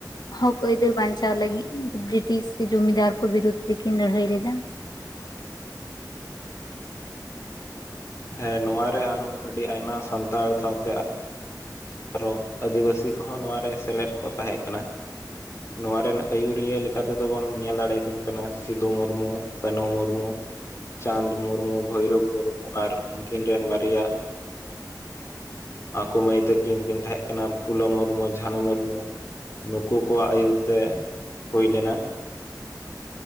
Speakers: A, on the left (about 70°); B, on the left (about 40°).
A: ᱦᱚᱸᱠ ᱟᱹᱭᱫᱟᱹᱨ ᱵᱟᱧᱪᱟᱣ ᱞᱟᱹᱜᱤᱫ ᱵᱨᱤᱴᱤᱥ ᱥᱮ ᱡᱩᱚᱢᱤᱫᱟᱨ ᱠᱚ ᱵᱤᱨᱩᱫ ᱨᱮᱠᱤᱱ ᱞᱟᱹᱲᱦᱟᱹᱭ ᱞᱮᱫᱟ᱾
B: ᱦᱮᱸ ᱱᱚᱶᱟᱮ ᱟᱨᱚ ᱟᱹᱰᱤ ᱟᱭᱢᱟ ᱥᱟᱱᱛᱟᱲ ᱥᱟᱶᱛᱮ ᱟᱨᱚ ᱟᱹᱫᱤᱵᱟᱹᱥᱤ ᱠᱚᱦᱚᱸ ᱱᱚᱣᱟ ᱨᱮ ᱥᱮᱞᱮᱫ ᱠᱚ ᱛᱟᱦᱮᱸ ᱠᱟᱱᱟ᱾ ᱱᱚᱣᱟ ᱨᱮᱱ ᱟᱹᱭᱩᱨᱤᱭᱟᱹ ᱞᱮᱠᱟ ᱛᱮᱫᱚ ᱵᱚᱱ ᱧᱮᱞ ᱫᱟᱲᱮᱭᱟᱠᱤᱱ ᱠᱟᱱᱟ ᱥᱤᱫᱩ ᱢᱩᱨᱢᱩ ᱠᱟᱹᱱᱦᱩ ᱢᱩᱨᱢᱩ᱾ ᱪᱟᱸᱫᱽ ᱢᱩᱨᱢᱩ ᱵᱷᱳᱭᱨᱳᱚᱵ ᱢᱩᱨᱢᱩ ᱟᱨ ᱩᱱᱠᱤᱱ ᱨᱮᱱ ᱵᱟᱨᱭᱟ ᱟᱠᱚ ᱢᱟᱹᱭ ᱛᱟᱹᱠᱤᱱ ᱠᱤᱱ ᱛᱟᱦᱮᱸ ᱠᱟᱱᱟ ᱯᱷᱩᱞᱚ ᱢᱩᱨᱢᱩ ᱡᱷᱟᱱᱚ ᱢᱩᱨᱢᱩ᱾ ᱱᱩᱠᱩ ᱠᱚᱣᱟᱜ ᱟᱹᱭᱩᱨ ᱛᱮ ᱦᱩᱭ ᱞᱮᱱᱟ᱾